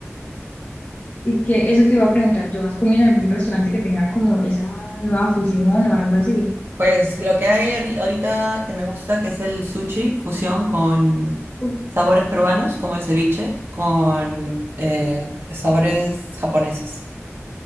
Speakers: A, on the left (about 45°); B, on the right (about 55°).
A: Y que eso te iba a preguntar, ¿yo has comido en algún restaurante que tenga como esa nueva fusión o algo así?
B: Pues lo que hay ahori- ahorita que me gusta, que es el sushi fusión con
A: Uf,
B: sabores peruanos, como el ceviche, con
A: uf, delicioso.
B: eh, sabores japoneses.